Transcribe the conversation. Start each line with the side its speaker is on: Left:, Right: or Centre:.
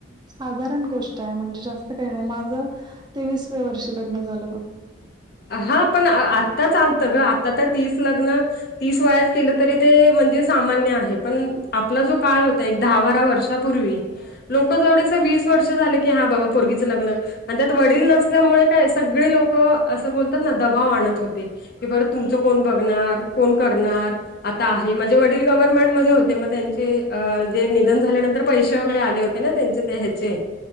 Right: साधारण गोष्ट आहे म्हणजे जास्त काही नाही, माझं तेवीसव्या वर्षी लग्न झालं बघ.
Left: अहा पण आत्ता चालतं ग, आता तर तीस लग्न तीस वयात केलं तरी ते म्हणजे सामान्य आहे, पण आपला जो काळ होता एक दहा बारा वर्षा <unintelligible> पूर्वी लोक जेवडस वीस वर्ष झालं की हा बाबा पोरगीच लग्न आणि त्यात वडील नसल्यामुळे काय सगळे लोक असं बोलतात ना दबाव आणत होते. की बरं तुमचं कोण बघणार, कोण करणार? आता आहे, माझे वडील गव्हर्नमेंट मध्ये होते मग त्यांचे अ जे निधन झाल्यानंतर पैसे वगैरे आले हो ते ना त्यांचे ते ह्याचे